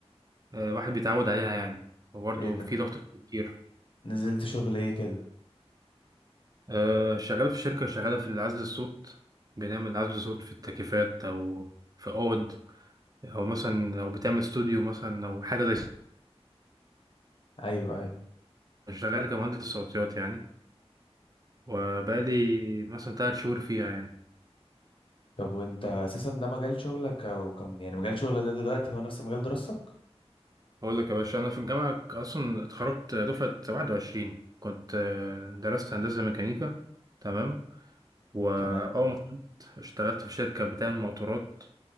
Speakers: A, on the right; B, on the left.
A: الواحد بيتعود عليها يعني وبرضه
B: ايه ده
A: في ضغط كتير
B: نزلت شغل ايه كده
A: آه، شغال في شركه شغاله في عزل الصوت بنعمل عزل صوت في التكييفات او في اوض او مثلا لو بتعمل استوديو مثلا او حاجه زي
B: ايوه ايوه
A: شغال كمهندس صوتيات يعني وبقالي مثلا تلات شهور فيها يعني
B: طب وانت اساسا ده مجال شغلك او كم يعني مجال شغلك ده دلوقتي هو نفس مجال دراستك
A: اقول لك يا باشا انا في الجامعه اصلا اتخرجت دفعه 21 كنت آه، درست هندسه ميكانيكا تمام وأول
B: تمام
A: ما اتخرجت اشتغلت في شركة بتعمل موتورات